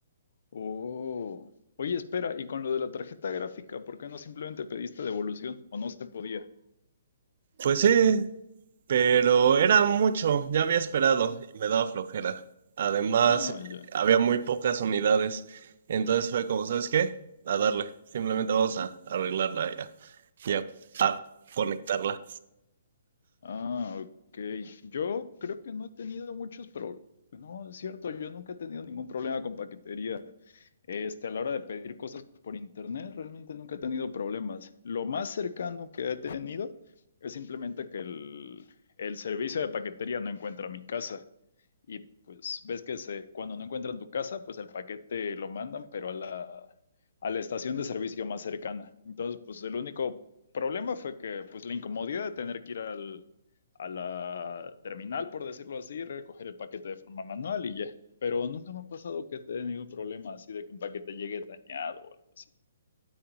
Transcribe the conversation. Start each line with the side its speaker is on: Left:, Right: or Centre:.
Left: Oh. Oye, espera, y con lo de la tarjeta gráfica, ¿por qué no simplemente pediste devolución? ¿O no se podía?
Right: Pues sí, pero era mucho, ya había esperado y me daba flojera. Además,
Left: Ah, ya.
Right: había muy pocas unidades, entonces fue como, ¿sabes qué? A darle, simplemente vamos a arreglarla y a, y a- a conectarla.
Left: Ah, ok. Yo creo que no he tenido muchos problemas. No, es cierto, yo nunca he tenido ningún problema con paquetería. Este, a la hora de pedir cosas por internet, realmente nunca he tenido problemas. Lo más cercano que he tenido es simplemente que el, el servicio de paquetería no encuentra mi casa. Y pues ves que se, cuando no encuentran tu casa, pues el paquete lo mandan, pero a la, a la estación de servicio más cercana. Entonces, pues el único problema fue que pues la incomodidad de tener que ir al, a la terminal, por decirlo así, recoger el paquete de forma manual y ya. Pero nunca me ha pasado que he tenido un problema así de que un paquete llegue dañado o algo así.